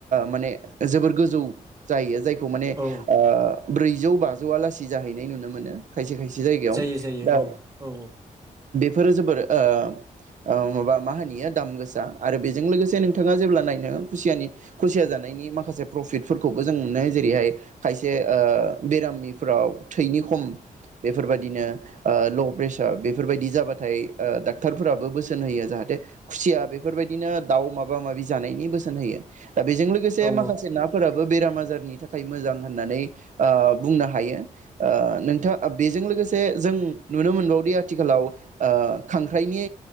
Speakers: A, on the right; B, on the right.
A: माने जोबोर गोजौ जायो जाय खौ माने
B: औ
A: ओ ब्रैजौ बाजौआ लासि जाहैनाय नुनो मोनो। खायसे-खायसे जायगायाव
B: जायो जायो
A: दा
B: औ औ
A: बे फोरो जोबोर ओ ओ माबा मा होनो बेयो दाम गोसा आरो बेजों लोगोसे नोंथाङा जेब्ला नायनो खुसियानि खुसिया जानायनि माखासे प्रफिटफोरखौबो जों मोननो जेरैहाय खायसे ओ बेरामिफ्राव थैनि खम बेफोरबायदिनो ओ ल' प्रेसार बेफोरबायदि जाबाथाय ओ डाक्टरफोराबो बोसोन होयो जाहाथे खुसिया बेफोरबायदिनो दाउ माबा माबि जानायनि बोसोन होयो। दा बेजों लोगोसे
B: औ
A: माखासे नाफोराबो बेरामा बाजारनि थाखाय मोजां होननानै ओ बुंनो हायो ओ नोंथां बेजों लोगोसे जों नुनो मोनबावोदि आथिखालाव ओ खांख्राइनि